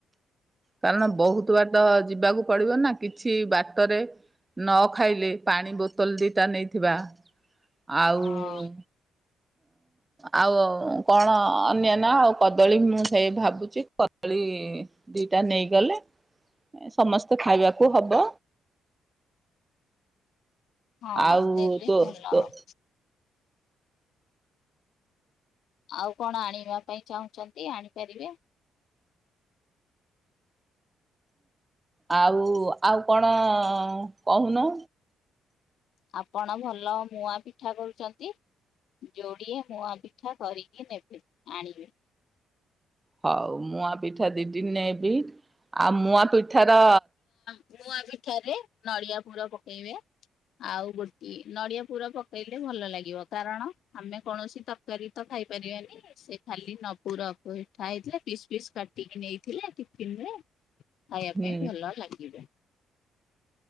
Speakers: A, on the right; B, on the left.
A: କାରଣ ବହୁତ ବାଟ ଯିବାକୁ ପଡିବ ନା କିଛି ବାଟରେ ନ ଖାଇଲେ ପାଣି ବୋତଲ ଦିଟା ନେଇଥିବା ଆଉ
B: ହଁ
A: ଉଁ ଆଉ କଣ ଅନ୍ୟାନ ଆଉ କଦଳୀ ମୁଁ ସେଇ ଭାବୁଚି କଦଳୀ ଦି ନେଇଗଲେ ସମସ୍ତେ ଖାଇବାକୁ ହବ।
B: ହଁ
A: ଆଉ
B: ନେଲେ
A: ତୋ-ତୋ
B: ଭଲ ହବ ଆଉ କଣ ଆଣିବା ପାଇଁ ଚାହୁଁଚନ୍ତି ଆଣିପାରିବେ।
A: ଆଉ ଆଉ କଣ କହୁନ?
B: ଆପଣ ଭଲ ମୁଁଆଁ ପିଠା କରୁଚନ୍ତି? ଯୋଡିଏ ମୁଁଆଁ ପିଠା କରିକି ନେବେ ଆଣିବେ।
A: ହଉ ମୁଁଆଁ ପିଠା ଦିଦି ନେବି ଆଉ ମୁଆଁ ପିଠା ର
B: ନୂଆ ପିଠାରେ ନଡିଆ ପୁର ପକେଇବେ। ଆଉ ଗୋଟେ ନଡିଆ ପୁରୁର ପକେଇଲେ ଭଲ ଲାଗିବ କାରଣ ଆମେ କୌଣସି ତରକାରୀ ତର ଖାଇ ପାରିବାନି ସେ ଖାଲି ନ ପୁର ମିଠା ହେଇଥିଲା ପିସ୍ ପିସ୍ କାଟିକି ନେଇଥିଲେ ଟିଫିନରେ। ଖାଇବା
A: ହୁଁ
B: ପାଇଁ ଭଲ ଲାଗିବ।